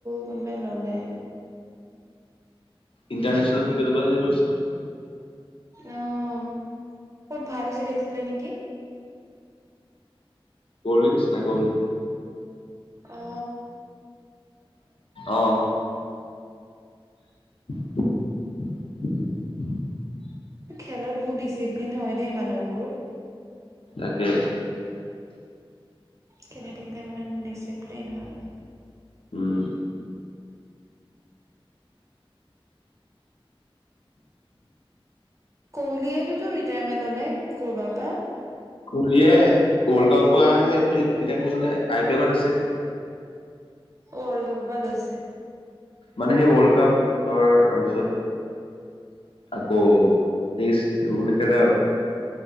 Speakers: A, on the right; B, on the left.
A: কোনবাই ল'লে?।
B: ইণ্টাৰনেচনল ক্ৰিকেটৰ পৰাহে লৈছে।
A: অ', ক'ত ভাল খেলিছিলে নেকি?
B: ক'হলি নিচনা ক'হলি।
A: অ
B: আহ। <unintelligible>
A: খেলত বহুত ডিচিপ্লিন হয় দেই মানুহবোৰ
B: তাকে
A: খেলি থাকিলে মানে ডিচিপ্লিন হয়
B: উম
A: কহলিয়টোতো ৰিটায়াৰমেণ্ট ললে কৰ'বাৰ পৰা।
B: কলিয়ে ৱৰ্ল্ড কাপৰ পৰা আহে তেতিয়া মলে আই পি এলত আছে।
A: ৱৰ্ল্ড কাপৰ পৰা লৈছে।
B: মানে সেই ৱৰ্ল্ড কাপ ধৰ তাৰপিছত। আকৌ টেষ্ট এইবোৰ নেখেলে আৰু